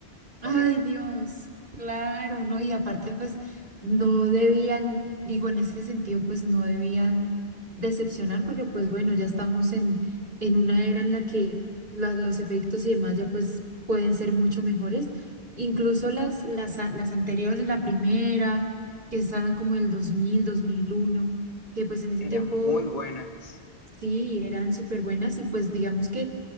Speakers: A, on the right (about 45°); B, on the left (about 35°).
A: Ay,
B: Horrible.
A: Dios, claro, ¿no? Y aparte, pues, no debían, digo, en ese sentido, pues, no debían decepcionar, porque, pues, bueno, ya estamos en, en una era en la que la- los efectos y demás ya, pues, pueden ser mucho mejores. Incluso las, las, a- las anteriores, la primera, que estaba como el dos dos mil dos mil uno que, pues, en ese
B: Eran
A: tiempo,
B: muy buenas.
A: sí, eran súper buenas y, pues, digamos que